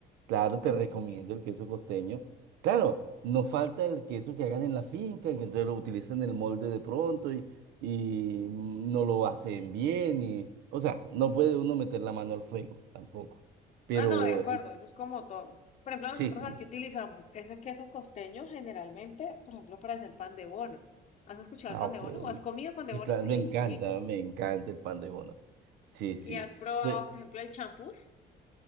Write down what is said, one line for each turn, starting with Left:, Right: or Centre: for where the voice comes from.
Right: Claro, te
Left: Ujú.
Right: recomiendo el queso costeño. Claro, no falta el queso que hagan en la finca, que entonces lo utilizan en el molde de pronto y y no lo hacen bien o sea, no puede uno meter la mano al fuego tampoco. Pero
Left: Ah, no, de acuerdo,
Right: eh,
Left: eso es como todo. Por ejemplo,
Right: sí,
Left: nosotros
Right: sí.
Left: aquí utilizamos ese queso costeño generalmente, por ejemplo, para hacer pan de bono. ¿Has escuchado
Right: Ah,
Left: el pan
Right: ok.
Left: de bono? ¿O has comido pan de
Right: Sí,
Left: bono?
Right: claro,
Left: Sí.
Right: me encanta, me encanta el pan de bono. Sí, sí.
Left: ¿Y has probado,
Right: De
Left: por ejemplo, el champús?